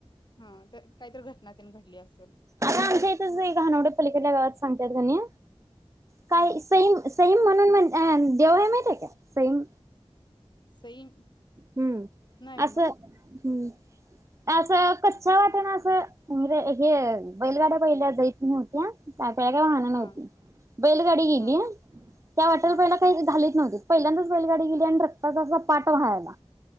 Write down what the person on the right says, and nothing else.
अर
आमच्या इथच एक घानवड्या पलीकड गावात सांगतयात गणी का
सेम सैम म्हणून म्हणज अ देव आहे माहि आहे का सैम
हम्म
असं
हम्म. असं कच्छ वाटन असं म्हे हे बैलगाड्या पहिल्या जैत नाही होत्या का का काय वाहनं नव्हती
बैलगाडी गेली
त्या वाटला
पहि काही झा. व्हती पहिल्यांदाच बैलगाडीेली आणि रक्ताात. पाठ व्हायला.